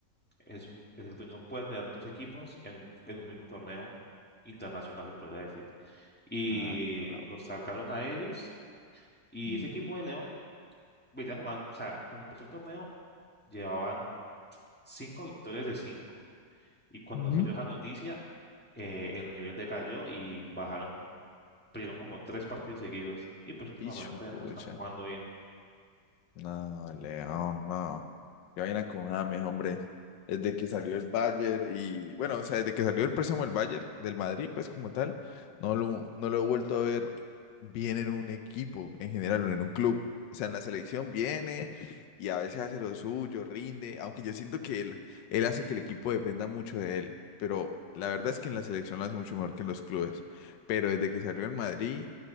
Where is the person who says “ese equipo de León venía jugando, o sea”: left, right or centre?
Centre